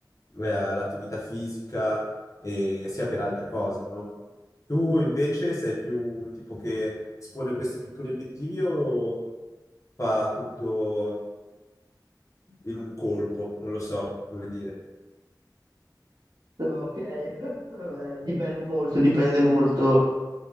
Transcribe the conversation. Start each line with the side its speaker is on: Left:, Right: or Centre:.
Left: eh, l'attività fisica e sia per altre cose, no? Tu invece sei più un tipo che espone questi piccoli obiettivi o fa tutto in un colpo? Non lo so come dire.
Right: No, Ok, <laughs> Vabbè, dipende molto, dipende molto.